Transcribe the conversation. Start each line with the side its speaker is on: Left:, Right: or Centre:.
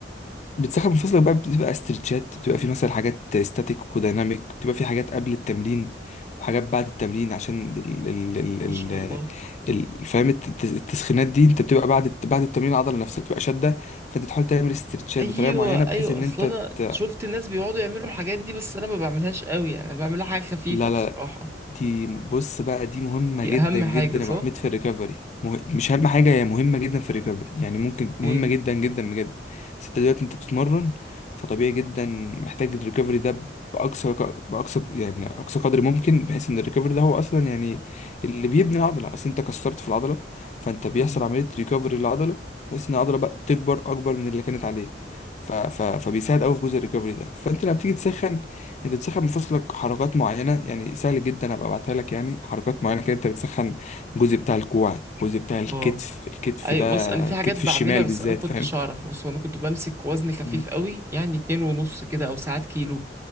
Left: بتسحب من فصلك بقى بتبقى استرتشات بتبقى في مثلا حاجات ستاتيك وديناميك بتبقى في حاجات قبل التمرين وحاجات بعد التمرين عشان ال ال ال
Right: ما شاء
Left: ال
Right: الله
Left: ال- فاهم الت- الت- التسخينات دي انت بتبقى بعد الت- بعد التمرين العضله نفسها بتبقى شاده فانت تحاول تعمل استرتشات
Right: ايوه
Left: بطريقه معينه بحيث
Right: ايوه
Left: ان
Right: اصل
Left: انت
Right: انا
Left: ت...
Right: شفت الناس بيقعدوا يعملوا الحاجات دي بس انا ما بعملهاش قوي يعني أنا بعملها حاجه خفيفه
Left: لا
Right: بصراحه
Left: لا دي بص بقى دي مهمة
Right: دي
Left: جدا
Right: اهم
Left: جدا
Right: حاجه صح
Left: يا ابو حميد في الريكفري مه... مش اهم حاجة هي مهمة جدا في الريكفري يعني ممكن
Right: اوكي
Left: مهمة جدا جدا بجد بس انت دلوقتي انت بتتمرن فطبيعي جدا محتاج الريكفري ده بأقصى ق- بأقصى يعني أقصى قدر ممكن بحيث إن الريكفري ده هو أصلا يعني اللي بيبني العضلة أصل أنت كسرت في العضلة فأنت بيحصل
Right: امم
Left: عملية ريكفري للعضلة بحيث إن العضلة بقى تكبر أكبر من اللي كانت عليه ف... ف... فبيساعد أوي في جزء الريكفري ده فأنت لما بتيجي تسخن انت بتسخن مفاصلك حركات معينه يعني سهل جدا ابقى ابعتها لك يعني حركات معينه كده انت بتسخن الجزء بتاع الكوع الجزء بتاع الكتف
Right: اه
Left: الكتف
Right: ايوه
Left: ده
Right: بص انا في
Left: الكتف
Right: حاجات بعملها
Left: الشمال
Right: بس
Left: بالذات
Right: انا ما كنتش
Left: فاهم
Right: اعرف بص هو انا كنت بمسك وزن خفيف
Left: مم.
Right: قوي يعني اتنين ونص كده او ساعات كيلو